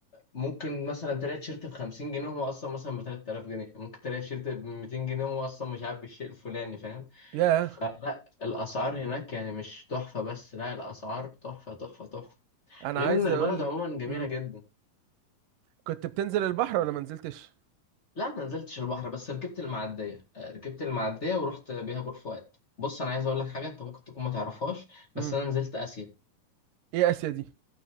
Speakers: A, on the left (about 30°); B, on the right (about 80°).
A: ممكن مثلا تلاقي تيشيرت بخمسين جنيه وهو أصلا مثلا بتلات آلاف جنيه ممكن تلاقي تيشيرت بميتين جنيه وهو أصلا مش عارف بالشيء الفلاني فاهم
B: يا
A: فلا الأسعار هناك يعني مش تحفة بس لا الأسعار تحفة تحفة تحفة
B: انا
A: غير
B: عايز
A: إن البلد
B: اقولك
A: عموما جميلة
B: مم.
A: جدا
B: كنت بتنزل البحر ولا ما نزلتش
A: لا ما نزلتش البحر بس ركبت المعدية آه، ركبت المعدية ورحت بيها بور فؤاد بص أنا عايز أقول لك حاجة أنت ممكن تكون ما تعرفهاش
B: مم.
A: بس أنا نزلت آسيا
B: ايه اسيا دي